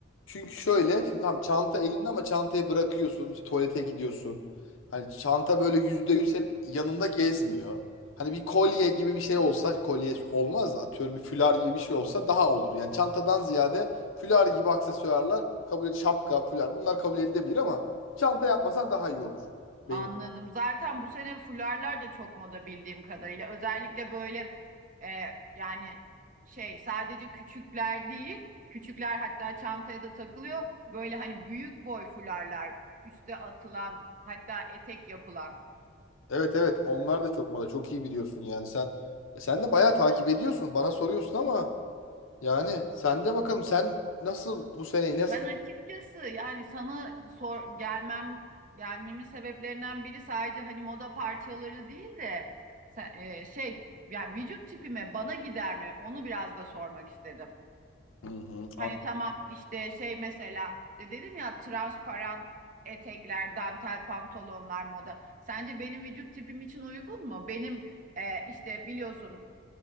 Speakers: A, on the left; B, on the right.
A: Çünkü şöyle işte tam çanta elinde ama çantayı bırakıyorsun işte tuvalete gidiyorsun. Hani çanta böyle yüzde yüz hep yanında gezmiyor. Hani bir kolye gibi bir şey olsa kolye olmaz da atıyorum bir fular gibi bir şey olsa daha olur. Yani çantadan ziyade fular gibi aksesuarlar kabul et şapka fular bunlar kabul edilebilir ama çanta yapmasan daha iyi olur.
B: Anladım.
A: Ben,
B: Zaten bu sene fularlar da çok moda bildiğim kadarıyla. Özellikle böyle e, yani şey sadece küçükler değil, küçükler hatta çantaya da takılıyor. Böyle hani büyük boy fularlar, üste atılan, hatta etek yapılan.
A: evet evet onlar da çok moda çok iyi biliyorsun yani sen E sen de bayağı takip ediyorsun bana soruyorsun ama yani sen de bakalım sen nasıl bu seneyi nasıl
B: Ben açıkçası yani sana sor gelmem gelmemin sebeplerinden biri sadece hani moda parçaları değil de sen- e, şey yani vücut tipime bana gider mi? Onu biraz da sormak istedim.
A: Hı hı,
B: Hani tamam işte şey mesela işte dedim ya transparan etekler, dantel pantolonlar moda. Sence benim vücut tipim için uygun mu? Benim e, işte biliyorsun